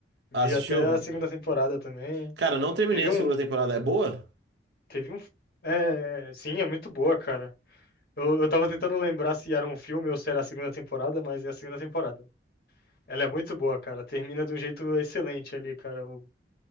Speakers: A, on the left (about 55°); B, on the right (about 75°).
A: Vi
B: Ah, assistiu?
A: até a segunda temporada também.
B: Cara, não terminei
A: Teve
B: a
A: um.
B: segunda temporada. É boa?
A: Teve um. É, sim, é muito boa, cara. Eu, eu tava tentando lembrar se era um filme ou se era a segunda temporada, mas é a segunda temporada. Ela é muito boa, cara. Termina de um jeito excelente ali, cara, o,